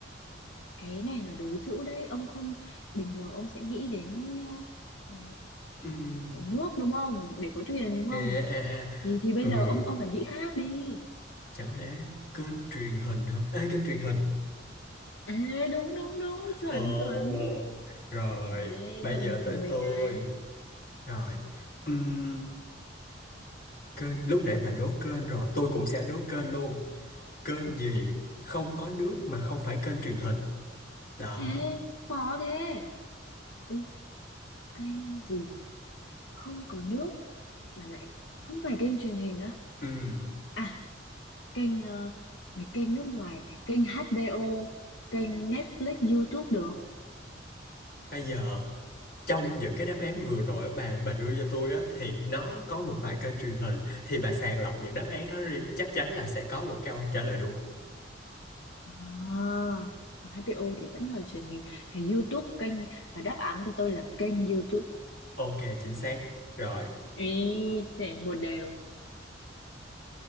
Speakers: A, on the left; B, on the left.
A: cái này là đố chữ đấy, ông không bình thường ông sẽ nghĩ đến ờ,
B: Ừm,
A: ờ, nước đúng không? Để có thuyền đúng
B: à,
A: không?
B: à, à,
A: thì thì bây
B: ừ,
A: giờ ông ông phải nghĩ khác đi
B: chẳng lẽ kênh truyền hình hả? Ê, kênh truyền hình.
A: Ê, đúng đúng đúng chuẩn
B: Ờ,
A: chuẩn
B: ờ. rồi,
A: Ê,
B: bây
A: thông
B: giờ tới
A: thông minh
B: tôi.
A: đấy
B: Rồi, ừm, kênh, lúc nãy bà đố kênh rồi, tôi cũng sẽ đố kênh luôn. Kênh
A: ôi
B: gì
A: rồi
B: không có nước mà không phải kênh truyền hình? Đó.
A: Ê, khó thế Ừ, kênh gì không có nước mà lại không phải kênh truyền hình á
B: Ừ,
A: à kênh ờ, mấy kênh nước ngoài kênh HBO kênh Netflix YouTube được
B: bây giờ trong những cái đáp án vừa rồi bà bà đưa cho tôi á thì nó có một vài kênh truyền hình thì bà sàng lọc những đáp án đó đi chắc chắn là sẽ có một câu trả lời đúng.
A: à, HBO thì vẫn là truyền hình thì YouTube kênh và đáp án của tôi là kênh YouTube
B: Ok, chính xác. Rồi,
A: Ý, sẽ một đều